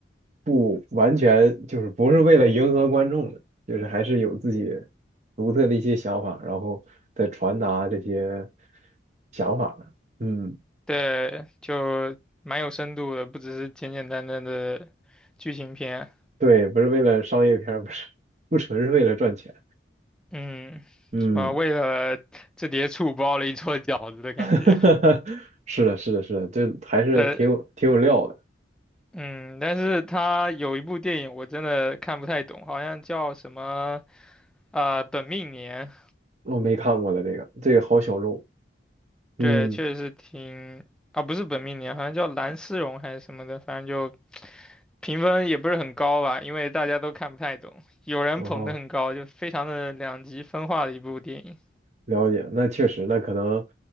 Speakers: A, on the right; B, in the centre.
A: 不完全就是不是为了迎合观众的，就是还是有自己独特的一些想法，然后再传达这些想法的。嗯，
B: 对，就蛮有深度的，不只是简简单单的剧情片，
A: 对，不是为了商业片儿不是，不纯是为了赚钱。
B: 嗯，
A: 嗯，
B: 什么为了这碟醋包了一桌饺子的感觉。
A: <laughs> 是的，是的，是的，这还是挺有挺有料的。
B: 呃，嗯，但是他有一部电影我真的看不太懂，好像叫什么啊、本命年，
A: 我没看过的这个，这个好小众。嗯，
B: 对，确实是挺啊，不是本命年，好像叫蓝丝绒还是什么的，反正就评分也不是很高吧，因为大家都看不太懂，有人捧得很高，
A: 然后。
B: 就非常的两极分化的一部电影
A: 了解，那确实，那可能，